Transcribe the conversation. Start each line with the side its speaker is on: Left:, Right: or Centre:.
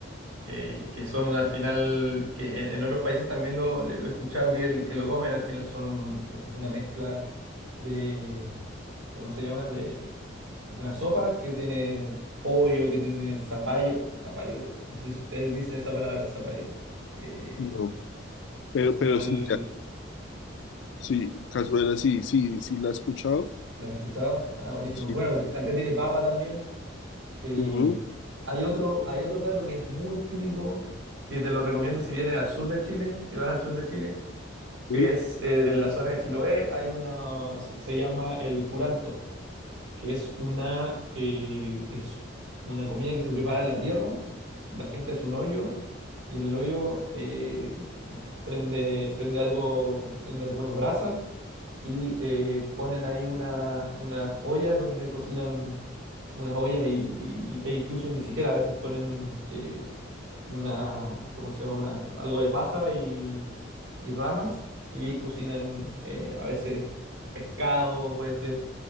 Right: eh, que son al final, que en, en otros países también lo, lo he escuchado que, el- que lo comen, al final son eh, una mezcla de, ¿cómo se llama? De es una sopa que tiene pollo, que tiene zapallo, zapallo, no sé si ustedes dicen esa palabra, zapallo. eh,
Left: No, pero,
Right: es como
Left: pero
Right: el...
Left: sí, Sí, Cazuela, sí, sí, sí la he escuchado.
Right: ¿Las has escuchado? Ah, buenísimo.
Left: Sí,
Right: Bueno, t- acá tiene papa también. Eh,
Left: ujú,
Right: hay otro, hay otro plato que es muy típico, que te lo recomiendo si vienes al sur de Chile, si vas al sur de Chile,
Left: sí.
Right: que es eh, en la zona de Chiloé, hay una, se, se llama el curanto que es una, eh, es una comida que se prepara en la tierra, la gente hace un hoyo y en el hoyo eh, prende, prende algo, prende algunas brasas y eh, ponen ahí una- unas ollas donde cocinan unas ollas y, y- e incluso ni siquiera a veces ponen eh, una, ¿cómo se llama? Una, algo de paja y, y ramas y cocinan eh, a veces pescado, puede ser